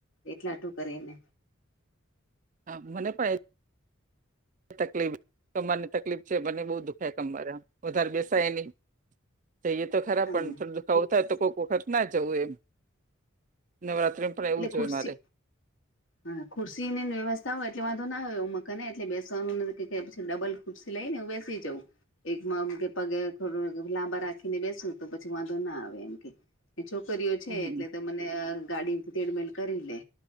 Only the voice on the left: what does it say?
એટલા હાટુ કરીને
એટલે
ખુરશી
હા ખુરશી ની ને વ્યવસ્થા હોય એટલે વાંધો ના આવે ઉમાકને એટલે બેસવાનું કે કાય પછી ડબલ ખૂરસી લઈને હું બેસી જઉું. એકમા આમ પગે લાંબા રાખીને બેસું તો પછી વાંધો ના આવે એમ કે. છોકરીઓ છે
એટલે તે મને અ ગાડીથી તેડમેલ કરીલે.